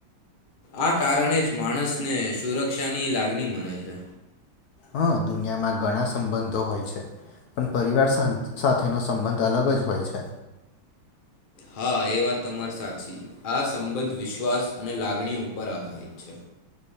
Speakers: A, on the left (about 35°); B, on the left (about 65°).
A: આ કારણે જ માણસને સુરક્ષાની લાગણી મળે છે
B: હ દુનિયામાં ઘણા સંબંધો હોય છે પણ પરિવાર સાથેનો સંબંધ અલગ જ હોય છે
A: હા એ વાત તમારે સાચી આ સંબંધ વિશ્વાસ અને લાગણી ઉપર આધારિત છે